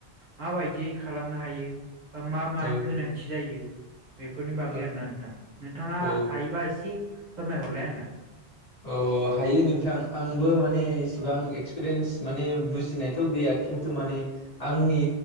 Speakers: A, on the right (about 50°); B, on the left (about 45°).
A: माबायदि खालामनो हायो मा मानि
B: औ
A: गोनांथि जायो बेफोरनि बागै
B: औ
A: आरोना नोंथां नोंथाङा
B: औ
A: हायोबा एसे फोरमायहरलाय आंनो
B: अ हायो नोंथां आंबो माने एसिबां
A: औ
B: एक्सपिरियेन्स माने बुजिनायथ' गैया खिन्थु माने आंनि